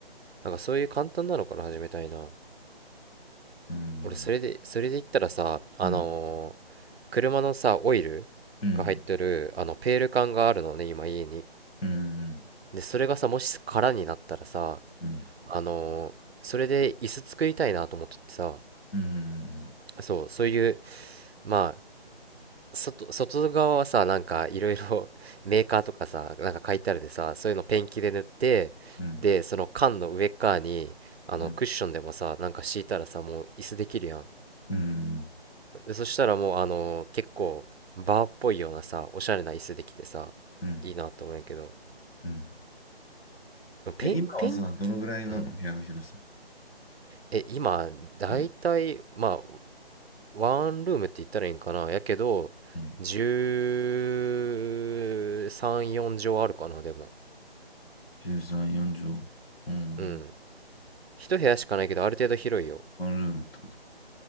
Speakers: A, on the right; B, on the left.
A: なんかそういう簡単なのから始めたいな。
B: うん。
A: 俺、それで、それで言ったらさ、あのー車のさ、
B: うん。
A: オイルが入ってる、
B: うん。
A: あの、ペール缶があるのね、今家に。
B: うん。
A: で、それがさ、もし空になったらさ、
B: うん。
A: あのーそれで椅子作りたいなと思っててさ、
B: うん。うん。
A: そう、そういう、まあ、外、外側はさ、なんかいろいろ <laughs> メーカーとかさ、なんか書いてあるでさ、そういうのペンキで塗って、
B: うん。うん。
A: で、その缶の上っ側に、あの、
B: う
A: クッションでもさ、なんか敷いたらさ、もう椅子できるやん。
B: ん。
A: でそしたらもう、あのー結構、バーっぽいようなさ、おしゃれな椅子できてさ、
B: うん。
A: いいなと思うんやけど、
B: うん
A: ペン、
B: え、今はさ、
A: ペンキ、
B: どのぐらいなの部屋の広さ。
A: うん。え、今、だいたい、
B: うん。
A: まあ、ワンルームって言ったらいいんかなやけど、
B: うん。
A: 13、4畳あるかな、でも。
B: 13、4畳。うん。
A: うん。一部屋しかないけど、ある程度広いよ。
B: ワンルームってことか。